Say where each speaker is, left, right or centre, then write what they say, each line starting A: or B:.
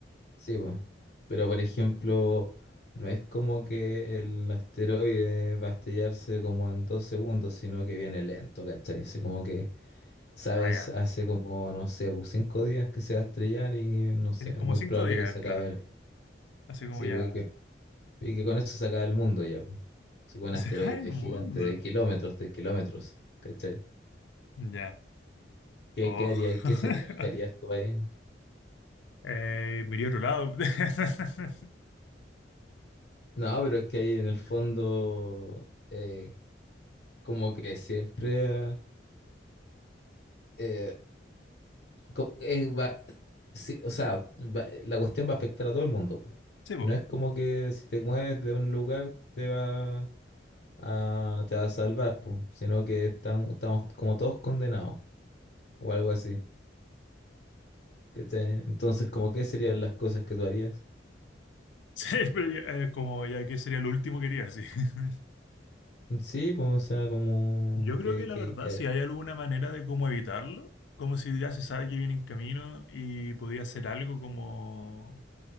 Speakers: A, on the left; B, on the left.
A: sí, pues. Pero por ejemplo, no es como que el asteroide va a estrellarse como en dos segundos, sino que viene lento, ¿cachai? Sí, como que Sabes,
B: Ah, ya.
A: hace como, no sé, pues, cinco días que se va a estrellar y no sé,
B: Tenés como
A: muy
B: cinco
A: probable
B: días,
A: que se
B: claro.
A: acabe. el-
B: Así como
A: Sí,
B: ya...
A: pues, y que, y que con eso se acabe el mundo ya. pues. Así un
B: Y
A: asteroide
B: se <laughs> cae el mundo.
A: gigante de kilómetros, de kilómetros, ¿cachai?
B: Ya.
A: ¿Qué,
B: Oh.
A: qué haría y qué
B: <laughs>
A: sería lo que harías tú ahí?
B: eh, miré a otro lado. <laughs>
A: No, pero es que ahí en el fondo, eh, como que siempre eh, co- eh, va- sí, o sea, va- la cuestión va a afectar a todo el mundo.
B: Sí, po.
A: No es como que si te mueves de un lugar te va a, te va a salvar, po, sino que están, estamos como todos condenados o algo así. ¿cachai? Entonces, como qué serían las cosas que tú harías?
B: Sí, pero ya, eh, como ya que sería lo último que haría, sí. <laughs>
A: Sí, pues, o sea, como
B: Yo creo
A: que,
B: que la
A: que,
B: verdad,
A: que-
B: si hay alguna manera de cómo evitarlo, como si ya se sabe que viene en camino y podía hacer algo como...